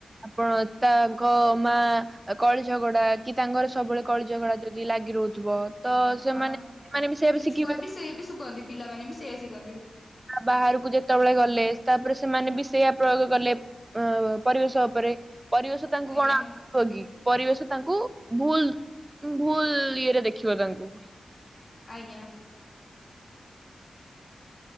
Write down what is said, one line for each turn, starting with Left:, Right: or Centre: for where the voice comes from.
Right: ଆପଣ ତାଙ୍କ ମା କଳି ଝଗଡା କି ତାଙ୍କର ସବୁବେଳେ କଳି ଝଗଡା ଯଦି ଲାଗି ରହୁଥିବ ତ ସେମାନେ
Left: ହଁ,
Right: ସେମାନେ ବି ସେୟା
Left: ସେ
Right: ଶିଖିବେ
Left: ଛୁଆ ବି ସେଇ ବି ଶୁକନ୍ତି ପିଲାମାନେ ବି ସେଇଆ ଶିଖନ୍ତି
Right: ବାହାରକୁ ଯେତେବେଳେ ଗଲେ ତାପରେ ସେମାନେ ବି ସେଇଆ ପ୍ରୟୋଗ କଲେ। ଅ ପରିବେଶ ଉପରେ ପରିବେଶ ତାଙ୍କୁ
Left: ଆଜ୍ଞା
Right: କଣ ହୋଗି ପରିବେଶ ତାଙ୍କୁ ଭୁଲ ଭୁଲ ଇଏରେ ଦେଖିବ ତାଙ୍କୁ
Left: ଆଜ୍ଞା!